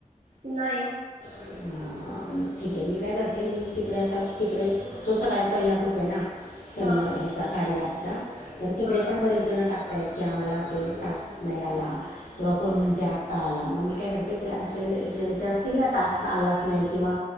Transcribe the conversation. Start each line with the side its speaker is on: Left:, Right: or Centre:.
Right: नाही.
Left: <unintelligible> ठीक आहे मी काय करते मी तिकडे अस तिकडे तो सगळ्यात पहिला ग्रुप आहे ना. सन्म
Right: हा
Left: ह्याचा
Right: हा
Left: कार्य आमचा तर तिकडे
Right: हा
Left: पण बरेच जण टाकताहेत की आम्हाला ते टास्क नाही आला. किंवा कोण म्हणते आत्ता आला मग मी काय करते ते असे ज्यांचे असतील ना टास्क आलाच नाही किंवा